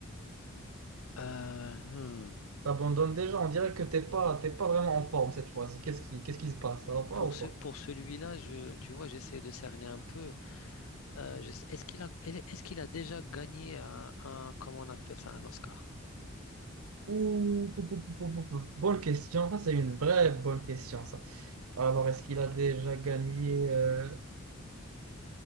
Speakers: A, on the left; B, on the right.
A: Euh, hmm.
B: T'abandonnes déjà, on dirait que t'es pas, t'es pas vraiment en forme cette fois-ci. Qu'est-ce qui, qu'est-ce qui se passe? Ça va pas
A: Pour
B: ou quoi?
A: ce, pour celui-là, je, tu vois, j'essaie de cerner un peu. Euh, je sais- Est-ce qu'il a, est-ce qu'il a déjà gagné un, un- comment on appelle ça, un Oscar?
B: Ouh, pou, pou, pou, pou, pou, pou. bonne question. Ça, c'est une vraie bonne question, ça. Alors, est-ce qu'il a déjà gagné euh,